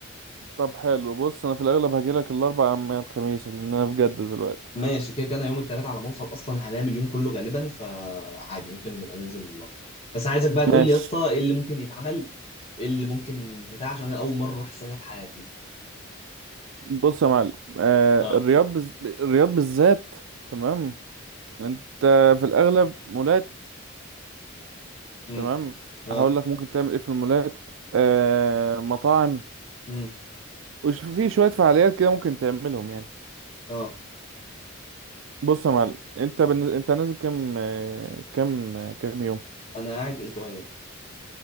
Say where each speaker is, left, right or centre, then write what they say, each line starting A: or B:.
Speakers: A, on the right; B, on the left.
A: طب حلو بص انا في الاغلب هجيلك الاربع من الخميس لان انا في جدة دلوقتي
B: ماشي كده كده انا يوم الثلاث على ما اوصل اصلا هنام اليوم كله غالبا فعادي ممكن نبقى ننزل النهارده بس عايزك بقى تقول
A: ماشي
B: لي يا اسطى ايه اللي ممكن يتعمل ايه اللي ممكن بتاع عشان انا اول مره اروح السعوديه في حياتي
A: بص يا معلم آه
B: اه
A: الرياض بز... الرياض بالذات تمام انت في الاغلب مولات
B: امم
A: تمام
B: اه
A: هقول لك ممكن تعمل ايه في المولات آه مطاعم
B: امم
A: وش في شوية فعاليات كده ممكن تعملهم يعني
B: اه
A: بص يا معلم انت بالن... انت نازل كام آه، كام آه، كام يوم
B: انا قاعد اسبوعين